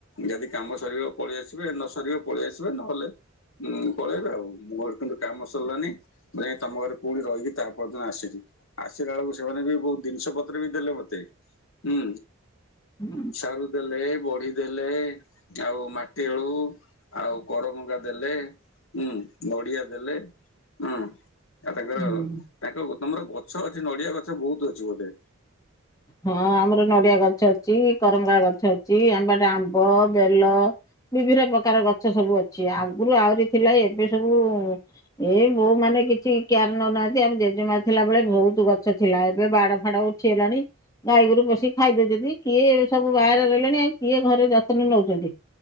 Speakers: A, on the left; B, on the left.
A: ଯଦି କାମ ସରିବ ପଳେଇ ଆସିବେ ନ ସରିବ ପଳେଇ ଆସିବେ ନହେଲେ ପଳେଇବେ ଆଉ। ମୋର କିନ୍ତୁ କାମ ସରିଲାନେହିଁ ମୁଁ ଯାଇକି ତମ ଘରେ ପୁଣି ରହିକି ତାପରଦିନ ଆସିଲି। ଆସିଲା ବେଳକୁ ସେମାନେ ବି ବହୁତ ଜିନିଷ ପତ୍ର ବି ଦେଲେ ମତେ ହୁଁ।
B: ହୁଁ।
A: ସାରୁ ଦେଲେ ବଢି ଦେଲେ ଆଉ ମାଟି ଆଳୁ। ଆଉ କରଭଙ୍ଗା ଦେଲେ ହୁଁ ନଡିଆ ଦେଲେ। ହୁଁ ଆଉ ତାଙ୍କର
B: ହୁଁ।
A: ତାଙ୍କ ତମର ଗଛ ଅଛି ନଡିଆ ଗଛ ବହୁତ ଅଛି ବୋଧେ।
B: ହଁ ଆମର ନଡିଆ ଗଛ ଅଛି କରଭଙ୍ଗା ଗଛ ଅଛି ଆମପଟେ ଆମ୍ବ ବେଲ। ବିଭିନ୍ନ ପ୍ରକାର ଗଛ ସବୁ ଅଛି ଆଗରୁ ଆହୁରି ଥିଲା ଏବେ ସବୁ ଏଇ ବୋହୂ ମାନେ କିଛି କେୟାର ନଉନାହାନ୍ତି ଆମ ଜେଜେମା ଥିଲା ବେଳେ ବହୁତ ଗଛ ଥିଲା ଏବେ ବାଡ ଫାଡ ଉଠି ଗଲାଣି। ଗାଈ ଗୋରୁ ପଶିକି ଖାଇଦଉଛନ୍ତି କିଏ ଏ ସବୁ ବାହାରେ ରହିଲେଣି ଆଉ କିଏ ଘରେ ଯତ୍ନ ନଉଛନ୍ତି।